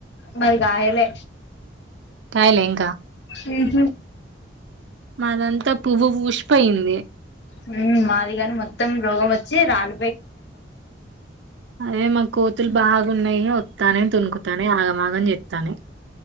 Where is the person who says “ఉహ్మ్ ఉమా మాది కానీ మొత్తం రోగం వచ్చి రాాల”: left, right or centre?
Left